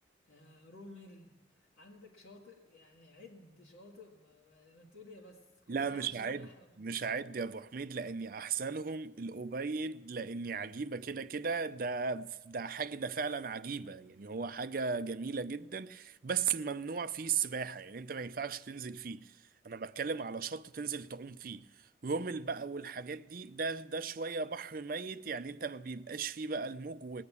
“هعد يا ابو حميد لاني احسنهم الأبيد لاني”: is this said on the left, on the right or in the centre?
Right